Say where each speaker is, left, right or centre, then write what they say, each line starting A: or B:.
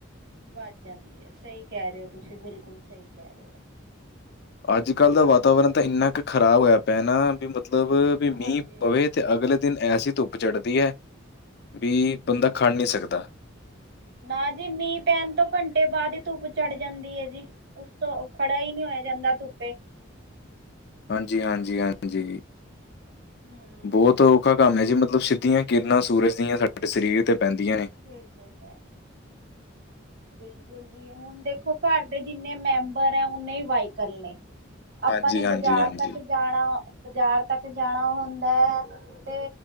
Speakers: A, on the right; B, on the left.
A: ਵੱਧ ਜਾਂਦੀ ਆ, ਸਈ ਕੈ ਰੇਓ ਤੁਸੀਂ ਬਿਲਕੁਲ ਸਈ ਕੈ ਰੇਓ।
B: ਅੱਜ-ਕੱਲਦਾ ਵਾਤਾਵਰਨ ਤਾਂ ਇੰਨਾ ਕੁ ਖਰਾਬ ਹੋਇਆ ਪਿਆ ਨਾ ਵੀ ਮਤਲਬ ਵੀ ਮੀਂਹ
A: ਹਾਂਜੀ
B: ਪਵੇ ਤੇ ਅਗਲੇ ਦਿਨ ਐਸੀ ਧੁੱਪ ਚੜ੍ਹਦੀ ਐਵੀ ਬੰਦਾ ਖੜ ਨੀਂ ਸਕਦਾ-
A: ਨਾਜੀ ਮੀਂਹ ਪੈਣ ਤੋਂ ਘੰਟੇ ਬਾਦ ਈ ਧੁੱਪ ਚੜ ਜਾਂਦੀ ਐ ਜੀ। ਓਤੋਂ ਖੜਾ ਈਂ ਨੀਂ ਹੋਯਾ ਜਾਂਦਾ ਤੁੱਪੇ।
B: ਹਾਂਜੀ-ਹਾਂਜੀ-ਹਾਂਜੀ,
A: ਹਮ
B: ਬੋਤ ਔਖਾ ਕੰਮ ਐਜੀ ਮਤਲਬ ਸਿੱਧੀਆਂ ਕਿਰਨਾਂ ਸੂਰਜ ਦੀਆਂ ਸਾਡੇ ਸਰੀਰ ਤੇ ਪੈਂਦੀਆਂ ਨੇ -
A: ਫੇਰ ਤੇ ਹੈ। ਬਿਲਕੁਲ ਜੀ ਹੁਣ ਦੇਖੋ, ਘਰ ਦੇ ਜਿੰਨੇ ਮੈਂਬਰ ਹੈ ਓਨੇ ਈ ਵਾਈਕਲ ਨੇ। ਆਪਾਂ
B: ਹਾਂਜੀ,
A: ਨੇ
B: ਹਾਂਜੀ,
A: ਬਾਜਾਰ
B: ਹਾਂਜੀ।
A: ਤੱਕ ਜਾਣਾ, ਬਾਜਾਰ ਤੱਕ ਜਾਣਾ ਹੁੰਦੈ ਤੇ